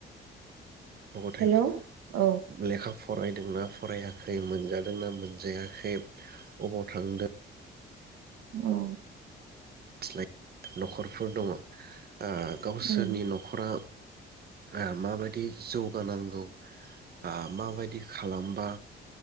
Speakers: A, on the right (about 50°); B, on the right (about 80°).
A: गथ गथाय
B: हेलौ औ
A: लेखा फरायदोंना फरायाखै मोनजादोंना मोनजायाखै अबाव थांदों
B: औ।
A: स्लाय नखरफोर दङ। ओ गावसोरनि
B: उम
A: नखरा। <unintelligible> माबायदि जौगानांगौ आ माबायदि खालामबा।